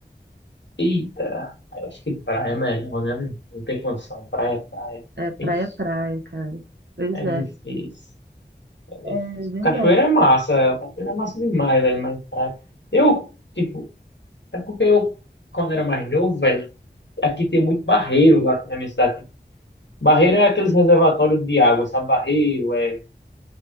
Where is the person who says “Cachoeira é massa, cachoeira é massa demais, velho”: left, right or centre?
Left